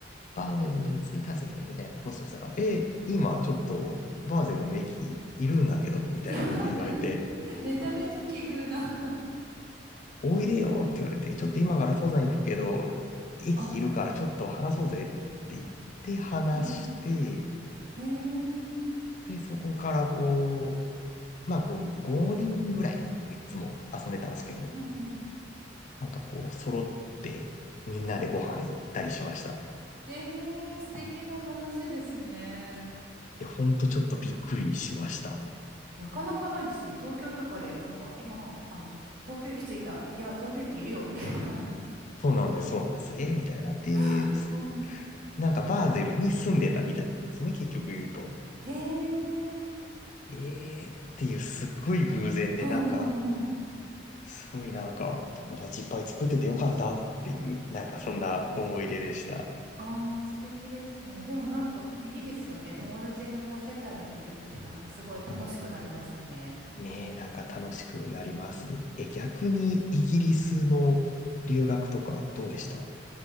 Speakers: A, on the left; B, on the right.
A: バーゼルに着いたぜみたいなポストしたら、え、今ちょっとバーゼルの駅いるんだけど、みたいなこと言われて、
B: <laughs> め、めちゃめちゃ奇遇な。
A: おいでよって言われて、ちょっと今から登山行くけど、駅いるからちょっと話そうぜって言って話して、
B: あ、はい。えー。
A: で、そこからこう、まあこう、5人ぐらいでこういつも遊んでたんですけど、
B: うんうん
A: なんかこう、揃ってみんなでご飯行ったりしました。
B: うん。えー、素敵な話ですね。
A: いや、ほんとちょっとびっくりしました。
B: なかなかないですね。東京とかで、なんか今、あの、東京駅着いたって、いや、東京駅いるよ、みたいな。
A: そうなんです、そうなんです。えみたいな。で、
B: <laughs> うん。
A: なんかバーゼルに住んでたみたいなんですね、結局言うと。
B: えー。
A: えーっていうすっごい偶然で、
B: うんう
A: なんか、
B: んうん。
A: すごいなんか、友達いっぱい作っててよかったっていう、なんかそんな思い出でした。
B: ああ、素敵ですね。でもなんかいいですよね。友達がこう世界にいるってなんかすごい楽しくなりますよね。
A: ねえ、なんか楽しくなります。え、逆にイギリスの留学とかどうでした